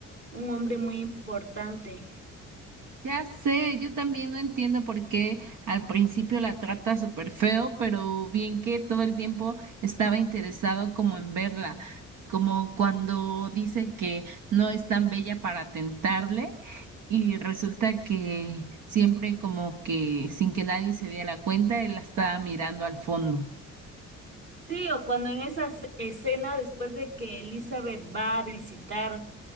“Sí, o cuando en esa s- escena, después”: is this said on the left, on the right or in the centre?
Right